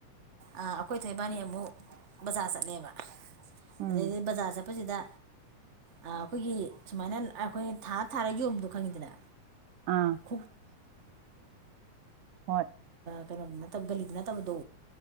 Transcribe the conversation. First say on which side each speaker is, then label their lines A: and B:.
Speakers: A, on the right; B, on the right.
A: ꯑꯩꯈꯣꯏ ꯊꯣꯏꯕꯥꯅꯤ ꯑꯃꯨꯛ ꯕꯖꯥꯔ ꯆꯠꯂꯦꯕ
B: ꯎꯝ
A: ꯑꯗꯩꯗꯤ ꯕꯖꯥꯔ ꯆꯠꯄꯁꯤꯗ ꯑ ꯑꯩꯈꯣꯏꯒꯤ ꯁꯨꯃꯥꯏꯅ ꯑꯩꯈꯣꯏ ꯊꯥ ꯊꯥꯔ ꯌꯣꯟꯕꯗꯣ ꯈꯪꯉꯤꯗꯅ
B: ꯑꯥ
A: <unintelligible>
B: ꯍꯣꯏ
A: ꯀꯩꯅꯣꯗꯨ ꯅꯠꯇꯕ ꯒꯂꯤꯗ ꯅꯠꯇꯕꯗꯣ